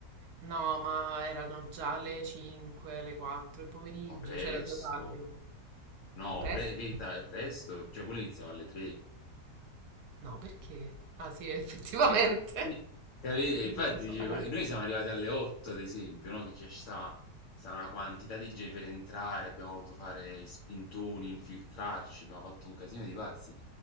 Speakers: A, on the right; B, on the left.
A: No, ma erano già le 5, le 4 del pomeriggio,
B: Ma presto,
A: c'era già tardi.
B: no,
A: Presto?
B: pre- che ta- è presto, cioè quello iniziava alle tre.
A: No, perché? Ah, sì, effettivamente.
B: Sì, capi-
A: <laughs>
B: Infatti,
A: Fuso
B: dicevo,
A: orario.
B: noi siamo arrivati alle 8, ad esempio, no? Che ci sta, sta una quantità di gente per entrare, abbiamo dovuto fare spintoni, infiltrarci, abbiamo fatto un casino di pazzi.